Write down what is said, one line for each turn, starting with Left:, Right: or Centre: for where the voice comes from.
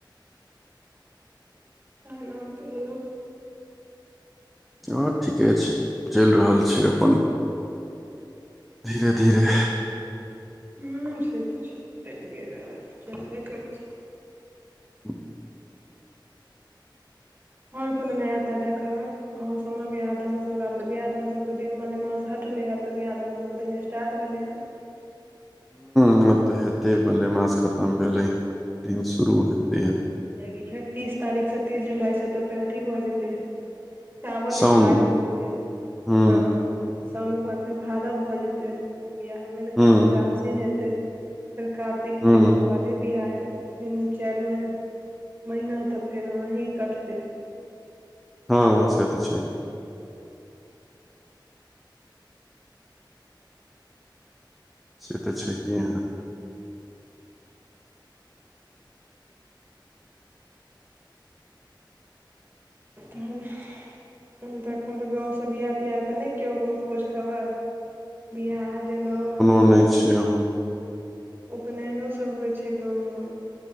Right: तहन आओर कहियो
Centre: ओ ठीके छै चैल रहल छै अपन धीरे धीरे
Right: हु से तऽ छै <unintelligible> चलि रहल चलबे करत
Centre: ह्म <inaudible>
Right: आर कोनो नया ताजा खबर गाव सब में बियाह दान हो बियाह दान सबके दिन मने मास हटलै आब तऽ बिआह दन सबके दिन स्टार्ट भेलै हं
Centre: ब तऽ हेते बल्ले मास खतम भेले ह दिन शुरू हेते
Right: किएकी फेर तीस तारीखसँ तीस जुलाइसँ तऽ फेर अथी भऽ जेतै सावन
Centre: साउन
Right: स्टार्ट हो जेते
Centre: हुँ,
Right: हँ शाउनके बाद फेर भादव भऽ जेतै बियाह होबे नहि
Centre: हुँ,
Right: करै छै फेर आसिन हेतै फेर कातिक हेै
Centre: हुँ,
Right: ताहिके बादे बियाह हेतै तऽ तीन चारि म महिना तऽ फेर ओनाह कटते
Centre: हँ से तऽ छैए से तऽ छहिए अहाँके
Right: <unintelligible> तहन तऽ एखन तऽ गावसँ बियाह तियाहके नहि क्यों कोनो खोज खबर बियाह जनोउ
Centre: सुनै छियै अहाँ
Right: उपनयनो सभ होइ छै गाँवमे